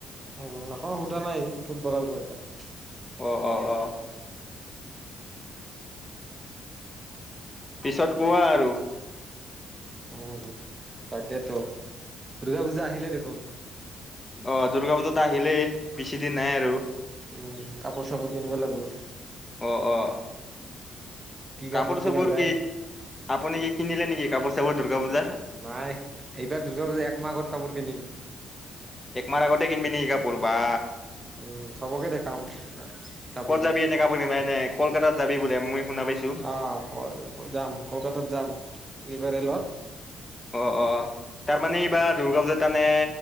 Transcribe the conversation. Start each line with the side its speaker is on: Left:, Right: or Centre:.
Right: উম, এখন সোধা নাই ফুটবলৰ পৰিক্ষাত <inaudible>
Left: অঁ অঁ অঁ। পিছত কোৱা আৰু।
Right: উম, তাকেইেতো দুৰ্গা পূজা আহিলে দেখোন।
Left: অ' দূৰ্গা পূজা আহিলেই বেছি দিন নাই আৰু।
Right: উম কাপোৰ- চাপোৰ কেনিব লাগিব।
Left: অ অ
Right: কি
Left: কাপোৰ
Right: কিনা
Left: চাপোৰ
Right: যায়
Left: কি আপুনি কি কিনিলে নেকি কাপোৰ- চাপোৰ? দুৰ্গা পূজাৰ
Right: নাই এইবাৰ দুৰ্গা পূজা একমাহ আত কাপোৰ কিনিম।
Left: একমাৰ আগতে কিনিবি নাকি কাপোৰ বা।
Right: উম চবকে দেখাম কাপোৰ
Left: ক'ত
Right: কিনি।
Left: যাবি এনে কাপোৰ কিনিব এনে কলকাতাত যাবি বোলে মই শুনা পাইছো
Right: অ' যাম কলকাতাত যাম এইবাৰ ৰেলত।
Left: অ অ তাৰ মানে এইবাৰ দূৰ্গা পূজাৰ মানে